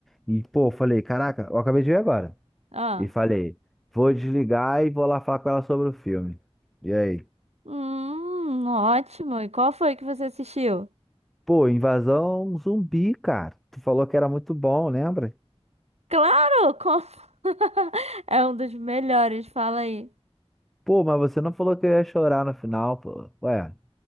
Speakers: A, in the centre; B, on the right.
A: e, pô, eu falei, caraca, eu acabei de ver agora.
B: Ah,
A: E falei, vou desligar e vou lá falar com ela sobre o filme. E aí?
B: hum, ótimo. E qual foi que você assistiu?
A: Pô, Invasão Zumbi, cara, tu falou que era muito bom, lembra?
B: Claro, com- <laughs> é um dos melhores, fala aí.
A: Pô, mas você não falou que eu ia chorar no final, pô. Ué,